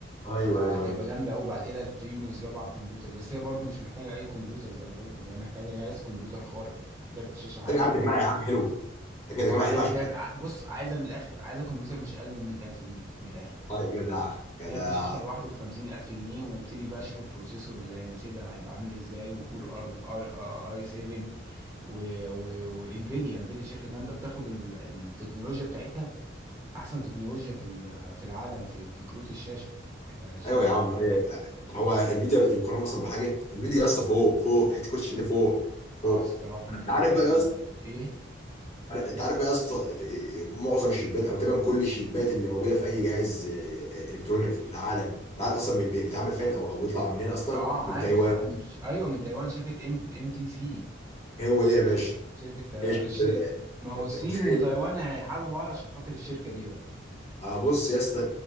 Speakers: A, on the left; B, on the right.
A: ايوه
B: فهتبقى
A: ايوه ايوه
B: جامده قوي بعد كده هتبتدي ينزلوها على الكمبيوتر بس هي برضه مش محتاجه اي كمبيوتر زي ما بقول لك هي محتاجه جهاز كمبيوتر خارق كارت شاشه عالي
A: طب يا عم تجميع يا عم حلو تجميع تجميع
B: اه عايزه
A: حلو عشان
B: كارت ع- بص عايزه من الاخر عايزه كمبيوتر مش اقل من 100000 جنيه من الاخر
A: طيب جدع جدع
B: كارت شاشة لوحده بخمسين ألف جنيه وابتدي بقى أشوف البروسيسور اللي هيناسبها هيبقى عامل إزاي وكور أر أي آه، أي 7 و- و- وإنفيديا إنفيديا شركة جامدة بتاخد ال- التكنولوجيا بتاعتها أحسن تكنولوجيا في ال- في العالم في في كروت الشاشة آه، شركة
A: ايوه يا عم
B: إنفيديا
A: ايه هو انفيديا يقارن اصلا بحاجه انفيديا يا اسطى فوق فوق في حته كرسي ده فوق فوق
B: أه الصراحة من
A: انت
B: أحسن
A: عارف بقى
B: الشركات
A: يا
B: إيه؟
A: انت عارف بقى يا اسطى إيه، معظم الشيبات او تقريبا كل الشيبات اللي موجوده في اي جهاز إيه، الكتروني في العالم انت عارف اصلا بي- بي- بيتعمل فين او او بيطلع منين اصلا
B: أه عارف
A: من تايوان
B: يا عم ش- أيوه من تايوان شركة إم إم تي سي
A: هو ده يا باشا
B: شركة تايوان
A: هي شركة
B: الش-
A: ده.
B: ما هو
A: انت
B: الصين
A: متخيل
B: وتايوان هيحاربوا بعض عشان خاطر الشركة دي
A: اه بص يا اسطى